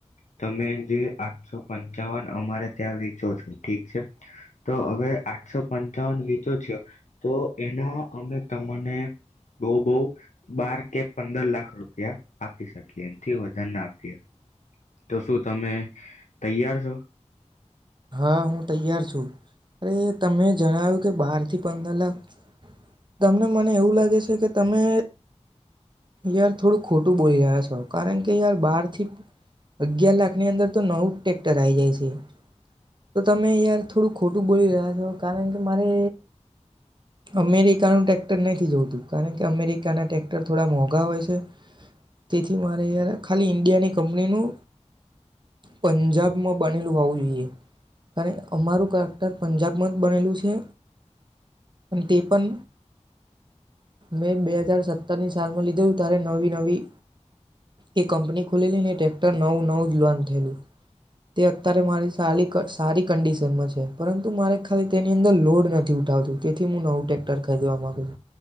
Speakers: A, on the left (about 80°); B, on the right (about 40°).
A: તમે જે આઠસો પંચાવન અમારે ત્યાં વેચો છો ઠીક છે. તો હવે આઠસો પંચાવન વેચો છો તો એના અમે તમને બોહ બોહ બાર કે પંદર લાખ રૂપિયા આપી શકીએ એથી વધારે ના આપીએ. તો શું તમે તૈયાર છો.
B: હા હું તૈયાર છું અરે તમે જણાવ્યું કે બારથી પંદર લાખ તમને મને એવું લાગે છે કે તમે યાર થોડું ખોટું બોલી રહ્યા છો કારણ કે યાર બાર થી અગિયાર લાખની અંદર તો નવું જ ટ્રેક્ટર આઈ જાય છે. તો તમે યાર થોડું ખોટું બોલી રહ્યા છો. કારણ કે મારે અમેરિકાનું ટ્રેક્ટર નથી જોઈતું કારણ કે અમેરિકાના ટ્રેક્ટર થોડા મોંઘા હોય છે તેથી મારે યાર ખાલી ઈન્ડિયાની કંપનીનું પંજાબમાં બનેલું હોવું જોઈએ. અરે અમારુ ટ્રેક્ટર પંજાબમાં જ બનેલું છે તે પણ મેં બે હજાર સત્તરની સાલમાં લીધેલું ત્યારે નવી-નવી એ કંપની ખુલેલી ને ટ્રેક્ટર નવું-નવું જ લોન્ચ થયેલું. તે અત્યારે મારી સારી કસ સારી કન્ડિશનમાં છે. પરંતુ મારે ખાલી તેની અંદર લોડ નથી ઉઠાવતું તેથી હું નવું ટ્રેક્ટર ખરીદવા માગું